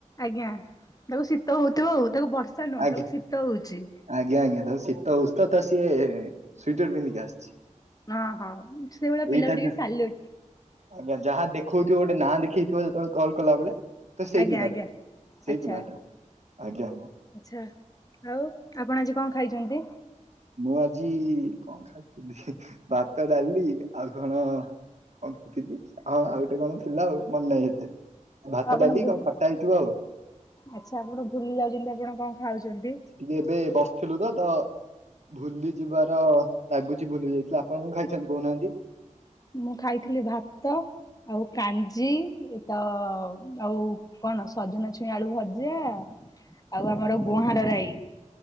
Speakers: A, on the left; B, on the right.
A: ଆଜ୍ଞା ତାକୁ ଶୀତ ହଉଥିବ ଆଉ ତାକୁ ବର୍ଷା ନୁହଁ
B: ଆଜ୍ଞା
A: ତାକୁ ଶୀତ ହଉଛି।
B: ଆଜ୍ଞା ଆଜ୍ଞା ତ ଶୀତ ହଉଚି ତ ସିଏ ସ୍ଵିଟର ପିନ୍ଧିକି ଆସିଛି।
A: ଅ ହଁ ସେଇଭଳିଆ ପିଲାକୁ
B: ଏଇଟା
A: ଟିକେ
B: ଯା-
A: ସାଲୁ
B: ଆଜ୍ଞା ଯାହା ଦେଖଉଥିବ ଗୋଟେ ନାଁ ଦେଖେଇଥିବ ଯେତେବେଳେ କଲାବେଳେ। ତ ସେଇ
A: ଆଜ୍ଞା
B: ପିଲାଟା
A: ଆଜ୍ଞା।
B: ସେଇ
A: ଆଚ୍ଛା
B: ପିଲାଟା ଆଜ୍ଞା।
A: ଆଚ୍ଛା ଆଉ ଆପଣ ଆଜି କଣ ଖାଇଛନ୍ତି?
B: ମୁଁ ଆଜି କଣ ଖାଇଥିଲି ଭାତ ଡାଲି ଆଉ କଣ କଣଥିଲି ହଁ ଆଉ ଗୋଟେ କଣ ଥିଲା ଆଉ ମନେ ନାହିଁ ଏତେ। ଭାତ
A: ଆପଣ
B: ଡାଲି
A: ଭୁଲ
B: ଆଉ କଟା ହେଇଥିବ ଆଉ।
A: ଆଚ୍ଛା ଆପଣ ଭୁଲି ଯାଉଛନ୍ତି ଆପଣ କଣ ଖାଉଛନ୍ତି?
B: ଟିକେ ଏବେ ବସିଥିଲୁ ତ ଧ ଭୁଲି ଯିବାର ଲାଗୁଛି ଭୁଲି ଯାଇଥିଲେ ଆପଣ କଣ ଖାଇଛନ୍ତି କହୁନାହାନ୍ତି?
A: ମୁଁ ଖାଇଥିଲି ଭାତ ଆଉ କାଞ୍ଜି ଏ ତ ଆଉ କଣ ସଜନା ଛୁଇଁ ଆଳୁ ଭଜା। ଆଉ ଆମର ଗୁଆଁର
B: ଆଜ୍ଞା
A: ରାଇ